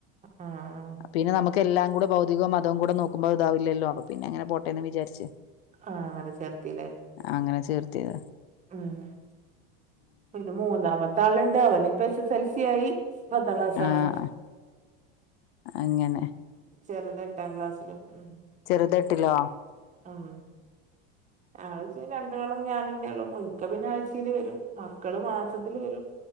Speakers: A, on the right; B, on the left.
A: ആഹ് ആഹ്
B: പിന്നെ നമുക്ക് എല്ലാം കൂടെ ഭൗതികവും മതവും കൂടെ നോക്കുമ്പോ ഇതാവില്ലല്ലോ അപ്പൊ പിന്നെങ്ങനെ പോട്ടേന്ന് വിചാരിച്ച്.
A: ആഹ് അങ്ങനെ ചേർത്തില്ലേ.?
B: ആഹ് അങ്ങനെ ചേർത്തിത.
A: ഉം പിന്നെ മൂന്നാമത്തെ ആള്ണ്ട് അവന്പ്പ എസ് എസ് എൽ സി ആയി. പത്താ ക്ലാസാണ്.
B: ആഹ് അങ്ങനെ.
A: ചെറുത് എട്ടാ ക്ലാസ്സില് ഉം
B: ചെറുതെട്ടിലോ ആഹ്
A: ഉം ആഹ് രണ്ട് ആളും ഞാൻ തന്നെയ ഉള്ളൂ ഇക്ക പിന്നെ ആഴ്ചയില് വരും മക്കള് മാസത്തില് വരും